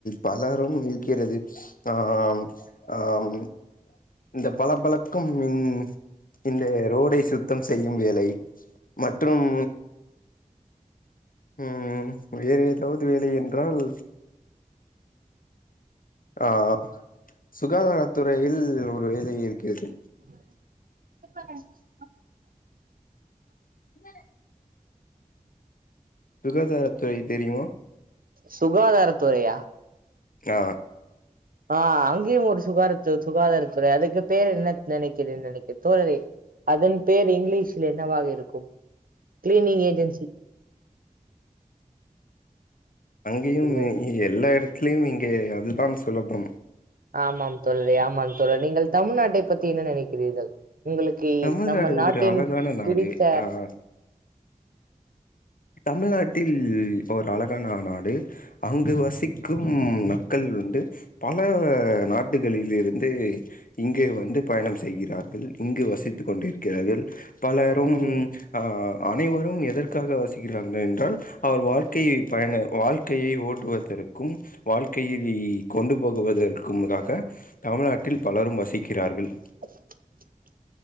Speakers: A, on the left; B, on the right.
A: பலரும் இருக்கிறது ஆம் ஆம் இந்த பல பழக்கும் மின் இந்த ரோடை சுத்தம் செய்யும் வேலை மற்றும் ம் வேற எதாது வேலை என்றால் ஆ சுகாதாரத்துறையில் ஒரு வேலை இருக்கிறது
B: <unintelligible>
A: <unintelligible> சுகாதாரத்துறை தெரிமா
B: சுகாதாரத்துறையா
A: ஆ
B: ஆ அங்யு ஒரு சுகாரத்து சுகாதாரத்துறை அதுக்கு பேரு என்னத் நெனக்கிற நெனக்க தோழரே அதன் பேர் இங்கிலீஷல என்னவாக இருக்கும் கிளீனிங் ஏஜென்
A: அங்யுமே
B: இல்லை
A: எல்லா எடத்துலயும் இங்கே அதுதா சுலபம்
B: ஆமாம் தோழரே ஆமா தோழ நீங்கள் தமிழ்நாட்டை பத்தி என்ன நெனக்கிறீர்கள் உங்களுக்கு
A: தமிழ்நாடு
B: நம்ம நாட்டின்
A: ஒரு அழகான நாடு
B: பிடித்த
A: ஆ தமிழ்நாட்டில் ஒரு அழகான நாடு அங்கு வசிக்கும் மக்கள் வந்து பல நாட்டுகளில் இருந்து இங்கே வந்து பயணம் செய்கிறார்கள் இங்கு வசித்து கொண்டிருக்கிறார்கள் பலரும்
B: ம்
A: ஆ அனைவரும் எதற்காக வசி கிறார்கள் என்றால் அவர் வாழ்க்கையை பயண வாழ்க்கையை ஓட்டுவதற்கும் வாழ்க்கையிலி கொண்டு போகுவதற்க்கும்காக தமிழ்நாட்டில் பலரும் வசிக்கிறார்கள்
B: <unintelligible>